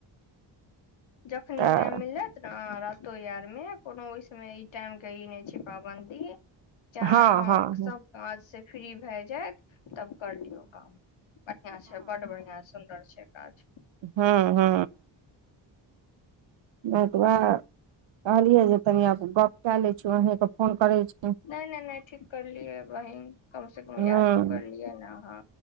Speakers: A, on the left; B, on the right.
A: जखनी
B: तऽ
A: ई टाइम मिले रातो आर मे कोनो ओहि समय ई टाइम के ई नहि छैय पाबन्दी चाहे
B: हँ
A: अह
B: हँ हूँ
A: सभ काज से फ्री भए जायत तब कर लियौ काम बढ़िआ छैय बड बढ़िआ सुन्दर छैय काज
B: हु हु नहि ओतबा कहलियै जे कनिया गप कऽ ले छीय अहेके फोन करे छी
A: नहि नहि नहि ठीक करलियै बेहिन कम से कम
B: हूँ
A: याद तो करलियै ने अहा